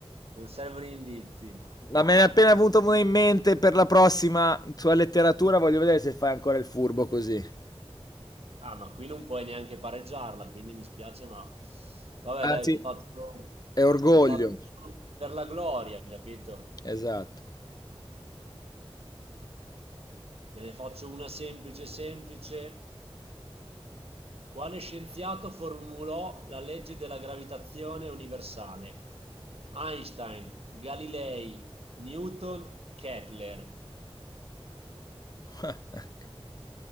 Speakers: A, on the right (about 75°); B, on the left (about 40°).
A: non servono gli indizi.
B: Ma me ne è appena venuto uno in mente per la prossima sulla letteratura. Voglio vedere se fai ancora il furbo così.
A: Ah, ma qui non puoi neanche pareggiarla, quindi mi spiace, ma vabbè,
B: Ah,
A: dai,
B: sì.
A: ti faccio,
B: È orgoglio.
A: ti faccio solo per la gloria, capito?
B: Esatto.
A: Te ne faccio una semplice, semplice. Quale scienziato formulò la legge della gravitazione universale? Einstein, Galilei, Newton, Kepler.
B: <laughs>